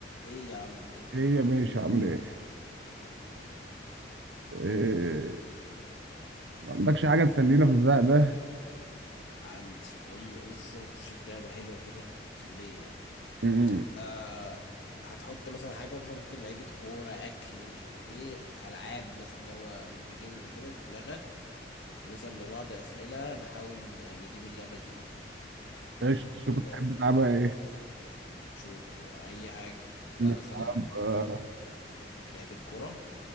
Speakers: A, on the left; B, on the right.
A: ايه يا عم
B: ايه يا باشا عامل ايه؟
A: الحمد لله غالي
B: إيه ما عندكش حاجة تسلينا في الزق ده؟
A: عندي بقول لي لسه ما كنتش شايف لعبه حلوه كده مسليه يعني
B: امم
A: آه هتحط مثلا حاجه مثلا ممكن لعيبه كوره اكل مش عارف ايه العاب مثلا اللي هو فيديو جيمز وكده في دماغك ونسال لبعض اسئله نحاول نجيب اللعبه دي ايه
B: قشطة شوف
A: ايه
B: الحاجات
A: رايك
B: بقى ايه؟
A: شو اي حاجه
B: نلعب
A: ده مثلا
B: آه،
A: دخل لعبه كوره